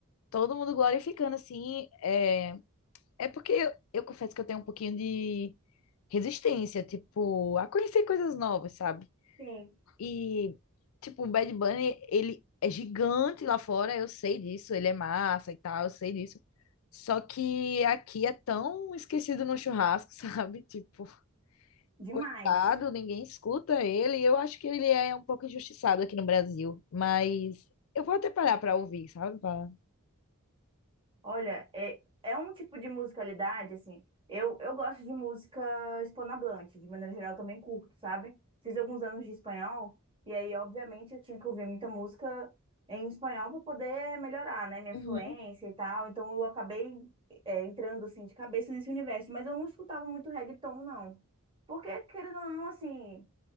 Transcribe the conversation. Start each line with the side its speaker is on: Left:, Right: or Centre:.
Left: Todo mundo glorificando assim, é, é porque eu, eu confesso que eu tenho um pouquinho de resistência, tipo, a conhecer coisas novas, sabe?
Right: Sim.
Left: E, tipo, o Bad Bunny, ele é gigante lá fora, eu sei disso, ele é massa e tal, eu sei disso. Só que aqui é tão esquecido no churrasco, <laughs> sabe? Tipo,
Right: Demais.
Left: coitado, ninguém escuta ele. Eu acho que ele é um pouco injustiçado aqui no Brasil, mas eu vou até parar pra ouvir, sabe? Pra-
Right: Olha, é, é um tipo de musicalidade, assim. Eu, eu gosto de música hispanohablante, de maneira geral também curto, sabe? Fiz alguns anos de espanhol, e aí, obviamente, eu tinha que ouvir muita música em espanhol para poder melhorar, né, minha
Left: Uhum.
Right: fluência e tal. Então, eu acabei, é, entrando, assim, de cabeça nesse universo. Mas eu não escutava muito reggaeton, não. Porque, querendo ou não, assim,